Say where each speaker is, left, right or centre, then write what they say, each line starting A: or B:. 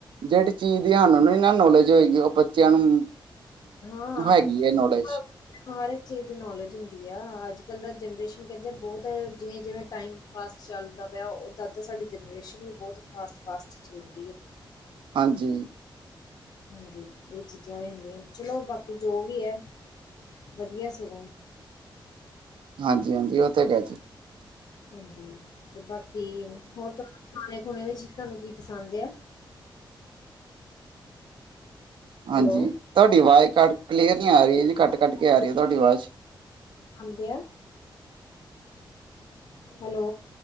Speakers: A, on the right; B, on the left.
A: ਜੇੈਹੜੀ ਚੀਜ਼ ਦੀ ਸਾਨੂੰ ਨੀ ਨਾ ਨੌਲੇਜ ਹੋਏਗੀ, ਉਹ ਬੱਚਿਆਂ ਨੂੰ
B: ਹਾਂ-ਹਾਂ
A: ਹੈਗੀ ਹੈ ਨੌਲੇਜ
B: ਹਰ ਇੱਕ ਚੀਜ਼ ਦੀ ਨੌਲੇਜ ਹੁੰਦੀ ਆ, ਅੱਜ ਕੱਲ੍ਹ ਦਾ ਜਨਰੇਸ਼ਨ ਕਹਿੰਦੇ ਬਹੁਤ, ਜਿਵੇਂ- ਜਿਵੇਂ ਟਾਈਮ ਫਾਸਟ ਚੱਲਦਾ ਪਿਆ, ਉੱਦਾਂਦਾਂ ਸਾਡੀ ਜਨਰੇਸ਼ਨ ਵੀ ਬਹੁਤ ਫਾਸਟ- ਫਾਸਟ ਚਲੰਦੀ ਹੈ।
A: ਹਾਂਜੀ।
B: ਹਾਂਜੀ ਇਹ ਚੀਜ਼ਾਂ ਹੋ ਜਾਂਦੀਆਂ ਚਲੋ ਬਾਕੀ ਜੋ ਵੀ ਹੈ। ਵਧੀਆ ਸੁਗੋਂ।
A: ਹਾਂਜੀ ਹਾਂਜੀ ਉਹਥੇ ਗ ਜੀ।
B: ਹਾਂਜੀ ਤੇ ਬਾਕੀ ਹੋਰ ਖਾਣੇ ਖੁਣੇ ਵਿੱਚ ਤੁਹਾਨੂੰ ਕੀ ਪਸੰਦ ਆ।
A: ਹਾਂਜੀ
B: ਹੈਲੋ
A: ਤਾੱਡੀ ਆਵਾਜ਼ ਕੱਟ ਕਲੀਅਰ ਨੀ ਆ ਰੀ ਹੈ ਜੀ ਕੱਟ ਕੱਟ ਕੇ ਆ ਰਹੀ ਹੈ ਤੁਹਾਡੀ ਆਵਾਜ਼।
B: ਹਦੇ ਆ। ਹੈਲੋ